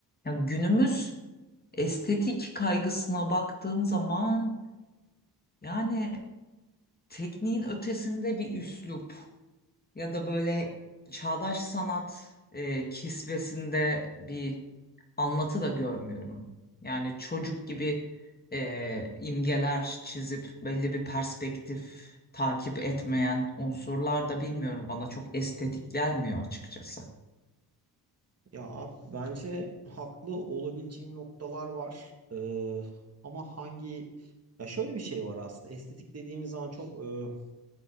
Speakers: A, on the left; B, on the right.
A: Ya günümüz estetik kaygısına baktığım zaman yani tekniğin ötesinde bir üslup ya da böyle çağdaş sanat e, kisvesinde bir anlatı da görmüyorum. Yani çocuk gibi e, imgeler çizip belli bir perspektif takip etmeyen unsurlar da bilmiyorum bana çok estetik gelmiyor açıkçası.
B: Ya abi bence haklı olabileceğin noktalar var. Ee, ama hangi ya şöyle bir şey var aslında. Estetik dediğimiz zaman çok e,